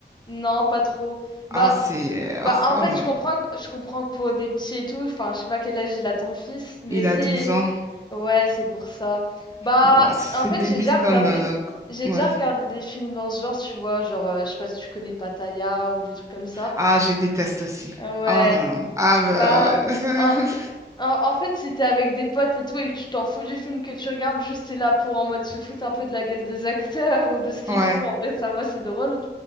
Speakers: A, on the left; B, on the right.
A: non pas trop.
B: Ah,
A: Bah
B: c'est.
A: Bah, en
B: Oh
A: fait,
B: là
A: je
B: là.
A: comprends, que- je comprends que pour des petits et tout, enfin, je sais pas quel âge il a ton fils, mais
B: Il
A: c'est...
B: a 12 ans.
A: Ouais, c'est pour ça. Bah,
B: Bon, c'est
A: en fait,
B: débile
A: j'ai déjà
B: comme.
A: regardé,
B: euh,
A: j'ai
B: ouais.
A: déjà regardé des films dans ce genre, tu vois, genre, euh, je sais pas si tu connais Pattaya ou les trucs comme ça.
B: Ah, je déteste aussi.
A: Euh, Ouais,
B: Oh là là. Ah, bah,
A: bah,
B: ouais.
A: en,
B: <laughs>
A: en- en fait, si t'es avec des potes et tout et que tu t'en fous du film que tu regardes, juste t'es là pour en mode se foutre un peu de la gueule des acteurs ou de ce qu'ils
B: Ouais.
A: font, en vrai, ça va, c'est drôle.